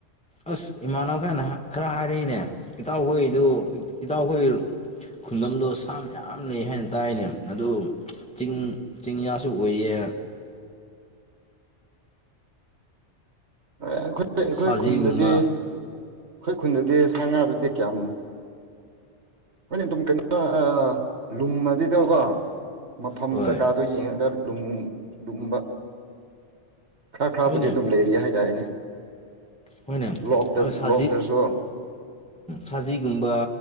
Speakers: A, in the centre; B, on the right (about 75°).
A: ꯑꯁ ꯏꯃꯥꯟꯅꯕꯈꯅ ꯈꯔ ꯍꯥꯏꯔꯛꯏꯅꯦ ꯏꯇꯥꯎꯈꯣꯏꯗꯨ ꯏꯇꯥꯎꯈꯣꯏ ꯈꯨꯟꯗꯣ ꯁꯥ ꯌꯥꯝ ꯂꯩ ꯍꯥꯏꯅ ꯇꯥꯏꯅꯦ ꯑꯗꯨ ꯆꯤꯡ ꯆꯤꯡꯌꯥꯁꯨ ꯑꯣꯏꯌꯦ
B: ꯑꯩꯈꯣꯏ ꯑꯩꯈꯣꯏ
A: ꯁꯖꯤꯒꯨꯝꯕ
B: ꯈꯨꯟꯗꯗꯤ ꯑꯩꯈꯣꯏ ꯈꯨꯟꯗꯨꯗꯤ ꯁꯥ ꯉꯥꯗꯨꯗꯤ ꯀꯌꯥꯝ ꯍꯣꯏ ꯑꯗꯨ ꯀꯩꯅ ꯂꯨꯝꯃꯗꯤ ꯇꯉꯀꯣ ꯃꯐꯝ
A: ꯍꯣꯏ
B: ꯆꯥꯀꯥꯗꯣ ꯌꯦꯡꯉꯒ ꯂꯨꯝꯕ ꯈꯔ ꯈꯔꯕꯨꯗꯤ
A: ꯍꯣꯏꯅꯦ
B: ꯑꯗꯨꯝ ꯂꯩꯔꯤ ꯍꯥꯏꯇꯥꯔꯦꯅꯦ
A: ꯍꯣꯏꯅꯦ
B: ꯂꯣꯛꯇ
A: ꯁꯖꯤ
B: ꯂꯣꯛꯇꯁꯨ
A: ꯁꯖꯤꯒꯨꯝꯕ